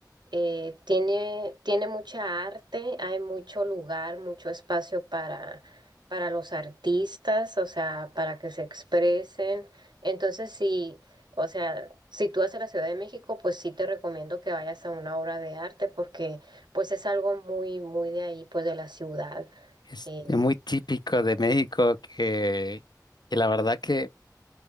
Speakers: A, on the right; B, on the left.
A: eh, tiene, tiene mucha arte, hay mucho lugar, mucho espacio para, para los artistas, o sea, para que se expresen. Entonces, sí, o sea, si tú vas a la Ciudad de México, pues sí te recomiendo que vayas a una obra de arte porque pues es algo muy, muy de ahí, pues de la ciudad.
B: Es
A: Eh,
B: muy típico de México que, que la verdad que